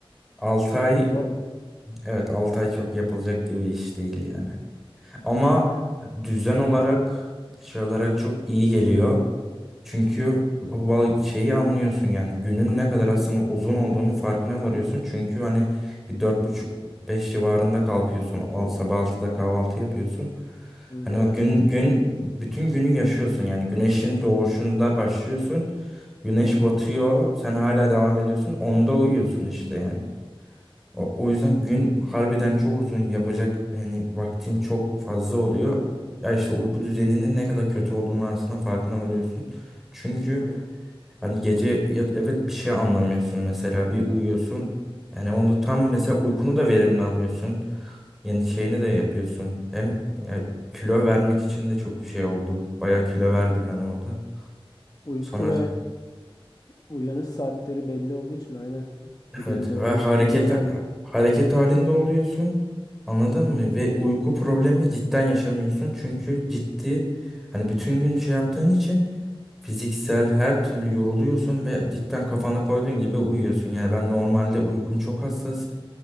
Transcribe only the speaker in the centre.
6 ay
Evet 6 ay çok yapılacak gibi iş değil yani. Ama düzen olarak şey olarak çok iyi geliyor. Çünkü val- şeyi anlıyorsun yani günün ne kadar aslında uzun olduğunu farkına varıyorsun. Çünkü hani bir dört buçuk beş civarında kalkıyorsun. Al- Sabah altıda kahvaltı yapıyorsun.
Hani
o gün
gün bütün günü yaşıyorsun yani güneşin doğuşunda başlıyorsun. Güneş batıyor, sen hala devam ediyorsun. Onda uyuyorsun işte yani. O, o yüzden gün harbiden çok uzun yapacak yani vaktin çok fazla oluyor. Ya işte uyku düzeninin ne kadar kötü olduğunu aslında farkına varıyorsun. Çünkü
hani gece yat evet bir şey anlamıyorsun mesela bir uyuyorsun. Yani onda tam mesela uykunu da verimli alıyorsun. Yeni şeyini de yapıyorsun. Hem ya, kilo vermek için de çok şey oldu. Bayağı kilo verdim ben orada.
Sonra
Evet
ve
hareket
hareket halinde oluyorsun. Anladın mı? Ve uyku problemi cidden yaşamıyorsun. Çünkü ciddi hani bütün gün şey yaptığın için fiziksel her türlü yoruluyorsun ve cidden kafana koyduğun gibi uyuyorsun. Yani ben normalde uykum çok hassas.